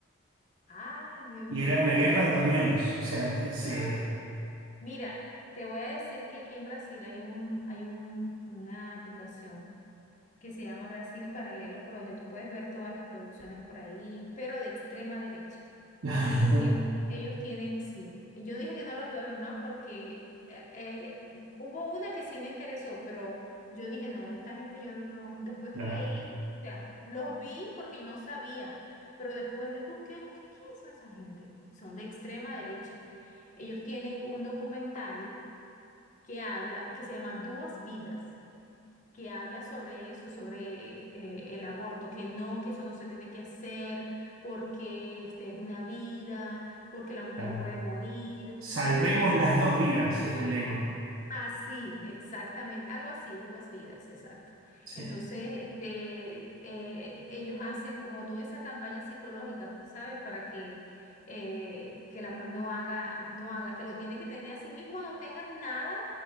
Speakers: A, on the left (about 35°); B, on the right (about 85°).
A: Ay, Dios
B: Y
A: mío.
B: era una guerra de pañuelos.
A: <gasps>
B: O sea, t- se...
A: ¡Ah! Mira, te voy a decir que aquí en Brasil hay un, hay un, una aplicación que se llama Brasil Paralelo, por donde tú puedes ver todas las producciones por ahí, pero de extrema derecha.
B: <laughs>
A: Ellos tienen, ellos tienen, sí. Yo dije que no los iba a ver más porque eh, eh, hubo una que sí me interesó, pero yo dije, no, esta gente yo no, después que
B: Claro,
A: leí, o sea, los vi porque yo no sabía, pero después les busqué, ¿qué, qué son esa gente? Son de extrema derecha. Ellos tienen un documental que habla, que se llama Duas Vidas que habla sobre eso, sobre eh, el aborto, que no, que eso no se tiene que hacer porque este, es una vida, porque la mujer
B: claro.
A: puede morir,
B: Salvemos
A: este,
B: las dos vidas, es el lema.
A: Así, exactamente, algo así, Duas Vidas, exacto.
B: Sí,
A: Entonces, este, eh, ellos hacen como toda esa campaña psicológica, ¿sabes? Para que, eh, que la mujer no haga, no haga, que lo tiene que tener a sí mismo, no tengas nada,